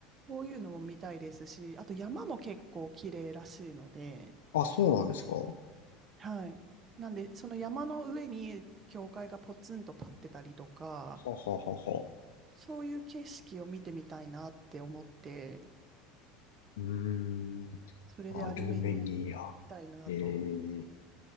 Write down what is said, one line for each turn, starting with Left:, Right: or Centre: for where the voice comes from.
Right: そういうのも見たいですし、あと山も結構綺麗らしいので、
Left: あ、そうなんですか。は
Right: はい。なんで、その山の上に教会がポツンと立ってたりとか、
Left: ははは。
Right: そういう景色を見てみたいなって思って、
Left: うーん。
Right: それでアルメニアに行きたいなと。
Left: アルメニア。ええ